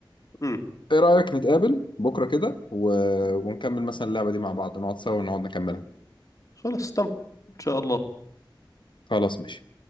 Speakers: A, on the left; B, on the left.
A: امم
B: ايه رأيك نتقابل بكرة كده و... ونكمل مثلا اللعبة دي مع بعض نقعد سوا ونقعد نكملها
A: خلص تم إن شاء الله
B: خلاص ماشي